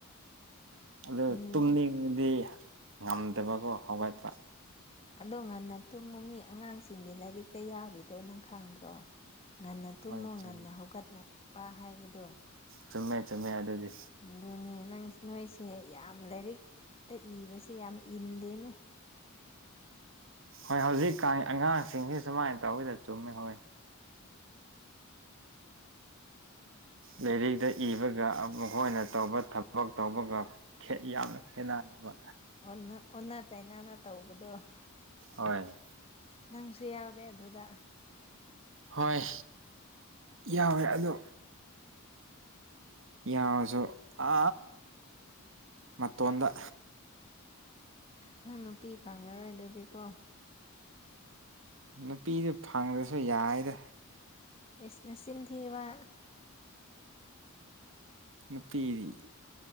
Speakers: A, on the right (about 60°); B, on the left (about 25°).
A: ꯑꯗꯨ
B: ꯃꯤ
A: ꯇꯨꯝꯅꯤꯡꯕꯗꯤ ꯉꯝꯗꯕꯀꯣ ꯍꯧꯒꯠꯇ꯭ꯔ
B: ꯑꯗꯣ ꯉꯟꯅ ꯇꯨꯝꯃ ꯃꯤ ꯑꯉꯥꯡꯁꯤꯡꯒꯤ ꯂꯥꯏꯔꯤꯛꯇ ꯌꯥꯎꯔꯤꯗꯣ ꯅꯪ ꯈꯪꯗ꯭ꯔꯣ ꯉꯟꯅ ꯇꯨꯝꯃꯨ
A: ꯍꯣꯏ ꯆꯨꯝꯃꯦ
B: ꯉꯟꯅ ꯍꯧꯒꯠꯂꯄ ꯍꯥꯏꯕꯗꯣ
A: ꯆꯨꯝꯃꯦ ꯆꯨꯝꯃꯦ ꯑꯗꯨꯗꯤ
B: ꯑꯗꯨꯅꯦ ꯅꯪ ꯅꯣꯏꯁꯦ ꯌꯥꯝ ꯂꯥꯏꯔꯤꯛꯇ ꯏꯕꯁꯦ ꯌꯥꯝ ꯏꯟꯗꯦꯅꯦ
A: ꯍꯣꯏ ꯍꯧꯖꯤꯛꯀꯥꯟ ꯑꯉꯥꯡꯁꯤꯡꯁꯤ ꯁꯨꯃꯥꯏꯅ ꯇꯧꯋꯤꯗ ꯆꯨꯝꯃꯦ ꯍꯣꯏ ꯂꯥꯏꯔꯤꯗ ꯏꯕꯒ ꯃꯈꯣꯏꯅ ꯇꯧꯕ ꯊꯕꯛ ꯇꯧꯕꯒ ꯌꯥꯝꯅ ꯈꯦꯠꯅꯔꯕ
B: ꯑꯣ ꯑꯣꯟꯅ ꯇꯥꯏꯅꯥꯅ ꯇꯧꯕꯗꯣ
A: ꯍꯣꯏ
B: ꯅꯪꯁꯨ ꯌꯥꯎꯔꯦ ꯑꯗꯨꯗ
A: ꯍꯣꯏ ꯌꯥꯎꯋꯦ ꯑꯗꯣ ꯌꯥꯎꯁꯨꯣ ꯑ ꯃꯣꯗ
B: ꯅꯪ ꯅꯨꯄꯤ ꯐꯪꯉꯔꯣꯏ ꯑꯗꯨꯗꯤꯀꯣ
A: ꯅꯨꯄꯤꯗꯨ ꯐꯪꯗ꯭ꯔꯁꯨ ꯌꯥꯏꯗ
B: ꯏꯁ ꯅꯆꯤꯟ ꯊꯤꯕ
A: ꯎ ꯄꯤꯗꯤ